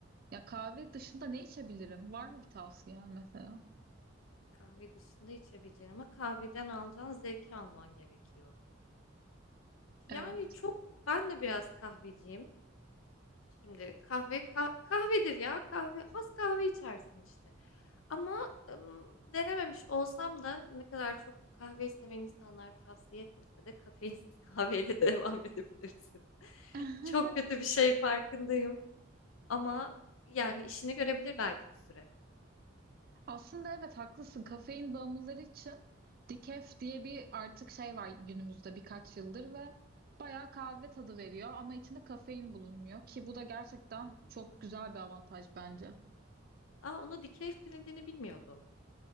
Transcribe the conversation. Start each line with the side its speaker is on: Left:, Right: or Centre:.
Right: Ya kahve dışında ne içebilirim? Var mı bir tavsiyen mesela?
Left: kahve dışında içebileceğin ama kahveden alacağın zevki alman gerekiyor. Yani
Right: Evet.
Left: çok ben de biraz kahveciyim. Şimdi kahve kah- kahvedir ya kahve az kahve içersin işte. Ama ım, denememiş olsam da ne kadar çok kahve seven insanlar tavsiye etmese de kafeinsiz kahveyle <laughs> devam edebilirsin.
Right: <laughs>
Left: Çok kötü bir şey farkındayım ama yani işini görebilir belki bir süre.
Right: Aslında evet haklısın. Kafein bağımlıları için decaf diye bir artık şey var günümüzde birkaç yıldır ve bayağı kahve tadı veriyor ama içinde kafein bulunmuyor ki bu da gerçekten çok güzel bir avantaj bence.
Left: Aa onu decaf denediğini bilmiyordum.